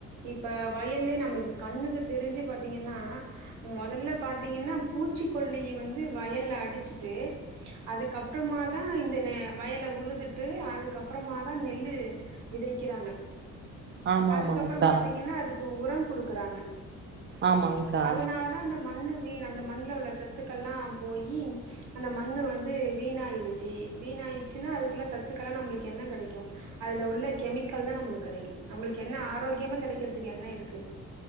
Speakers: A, on the right (about 80°); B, on the right (about 40°).
A: இப்ப வயல்லயே நம்மளுக்கு கண்ணுக்கு தெரிஞ்சு பாத்தீங்கன்னா மொதல்ல பாத்தீங்கன்னா பூச்சிக்கொல்லி வந்து வயல்ல அடிச்சுட்டு அதுக்கப்பறமா தா இந்தன வயல உழுதுட்டு அதுக்கப்பறமா தா நெல்லு விதைக்கிறாங்க
B: ஆமா
A: அதுக்கப்புறோ
B: ஆமாங்க்கா
A: பாத்தீங்கன்னா அதுக் கு உரம் குடுக்குறாங்க
B: ஆமாங்க்கா
A: அதனால தா அந்த மண்ணு வீண் அந்த மண்ணுல உள்ள சத்துக்கள்லா போயி அந்த மண்ணு வந்து வீணாயிடுச்சு வீணாயிடுச்சின்னா அதுக்குள்ள சத்துக்கலா நம்மளுக்கு என்ன கடைக்கு அதுல உள்ள கெமிக்கல் தா நம்மளுக்கு கடைக்கு நம்மளுக்கு என்ன ஆரோக்கியமா கெடைக்கிறதுக்கு என்ன இருக்கு